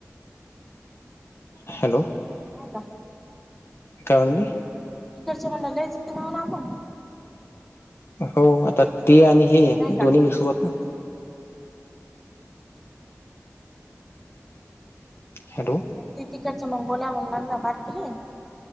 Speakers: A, on the left; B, in the centre.
A: हॅलो.
B: नाही का.
A: काे म्हली
B: इकडच म्हण लले ना ना आपण.
A: हो आता ते आणि हे
B: नाही का
A: दोन्ही मिसूत ना. हॅलो.
B: ते तिकडच्या मंगोल्या म्हण लागला पारकले